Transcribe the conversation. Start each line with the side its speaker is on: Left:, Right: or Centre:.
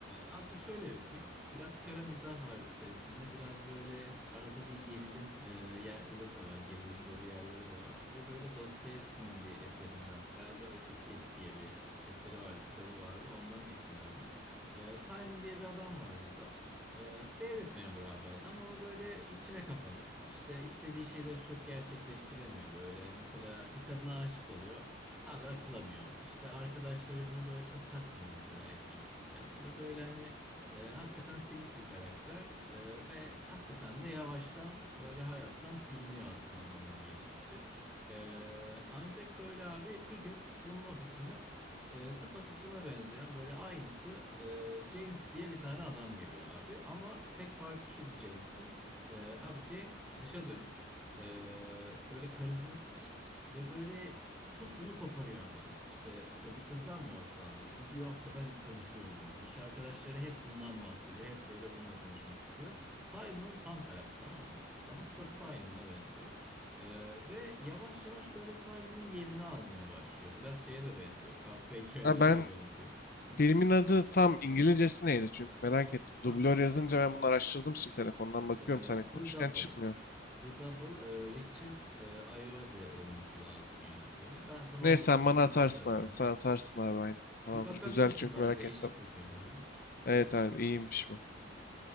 Centre: a, bu şöyle bir film. Biraz kara mizah var içerisinde. Biraz böyle arada bir gerilim e, yerleri de var. Gerilim dolu yerleri de var. Ve böyle Dostoyevski'nin bir eserinden galiba Öteki diye bir eseri vardı, kitabı vardı. Ondan esinlenmiş. Ee, Simon diye bir adam var burada. Ee, devlet memuru abi adam ama böyle içine kapanık. İşte istediği şeyleri çok gerçekleştiremiyor böyle. Mesela bir kadına aşık oluyor. Abi açılamıyor. İşte arkadaşları bunu böyle çok takmıyor mesela etraftayken. Ve böyle hani e, hakikaten silik bir karakter. E, ve hakikaten de yavaştan böyle hayattan siliniyor aslında zaman geçtikçe. E, ancak böyle abi bir gün bunun ofisine e, tıpatıp buna benzeyen böyle aynısı e, James diye bir tane adam geliyor abi. Ama tek farkı şu bu James'in. E, abi James dışa dönük, e, böyle karizmatik ve böyle tuttuğunu koparıyor abi. İşte mesela bir kızdan mı hoşlandı? Gidiyor hakikaten konuşuyor onunla. İş arkadaşları hep bundan bahsediyor. Hep böyle bununla konuşmak istiyor. Simon'ın tam tersi tamam mı? Ama tıpatıp aynı buna benziyor. Ee, ve yavaş yavaş böyle Simon'ın yerini almaya başlıyor. Biraz şeye de benziyor. Kafka hikayelerine
Left: Ha, ben
Centre: de benziyor. Hı hı.
Left: Filmin adı tam İngilizcesi neydi çünkü merak ettim.
Centre: Abi
Left: Dublör yazınca ben bunu araştırdım şimdi telefondan bakıyorum
Centre: e,
Left: seninle konuşurken
Centre: The Double.
Left: çıkmıyor.
Centre: The Double e, Richard e, Ayoade olması lazım yönetmeni. Ben sana
Left: Neyse
Centre: olmadı
Left: sen
Centre: bir
Left: bana
Centre: bulup
Left: atarsın
Centre: atarım.
Left: abi.
Centre: Hı hı.
Left: Sen atarsın abi aynı. Tamamdır.
Centre: Bir bakabilirsin
Left: Güzel çünkü
Centre: bak
Left: merak
Centre: değişik
Left: ettim.
Centre: bir film. Hı hı.
Left: Evet abi iyiymiş bu.